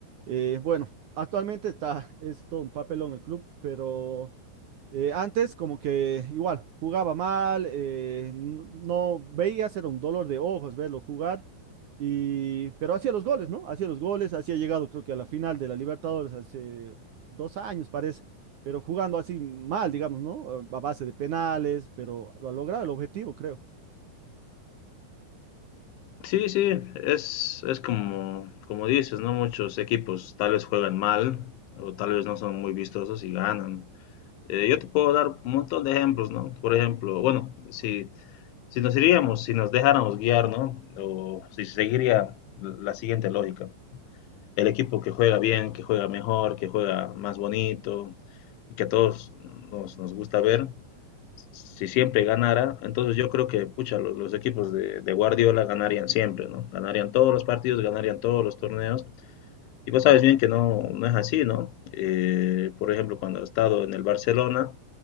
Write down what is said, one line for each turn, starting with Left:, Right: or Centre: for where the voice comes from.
Right: Eh, bueno, actualmente está, <laughs> es todo un papelón el club, pero... Eh, antes como que igual jugaba mal, eh, n- no veía, era un dolor de ojos verlo jugar, y, pero hacía los goles, ¿no? Hacía los goles, hacía llegado creo que a la final de la Libertadores hace dos años parece, pero jugando así mal, digamos, ¿no? Eh, A base de penales, pero lo ha logrado el objetivo, creo.
Left: Sí, sí, es, es como, como dices, ¿no? Muchos equipos tal vez juegan mal o tal vez no son muy vistosos y ganan. Eh, yo te puedo dar un montón de ejemplos, ¿no? Por ejemplo, bueno, si si nos iríamos, si nos dejáramos guiar, ¿no? O si seguiría la siguiente lógica. El equipo que juega bien, que juega mejor, que juega más bonito y que a todos nos, nos gusta ver, si siempre ganara, entonces yo creo que, pucha, los, los equipos de, de, Guardiola ganarían siempre, ¿no? Ganarían todos los partidos, ganarían todos los torneos. Y vos sabes bien que no, no es así, ¿no? Eh, por ejemplo, cuando ha estado en el Barcelona,